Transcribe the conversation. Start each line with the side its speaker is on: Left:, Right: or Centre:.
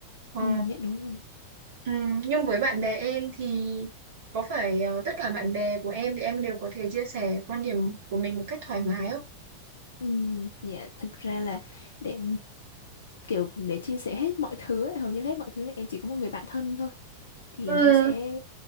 Right: Ờ.
Left: Ừ, dạ đúng rồi.
Right: Ừ, nhưng với bạn bè em thì có phải ờ, tất cả bạn bè của em thì em đều có thể chia sẻ quan điểm của mình một cách thoải mái không?
Left: Ừ, dạ thực ra là để kiểu để chia sẻ hết mọi thứ ấy, hầu như là hết mọi thứ là em chỉ có một người bạn thân thôi thì
Right: ừ
Left: nó sẽ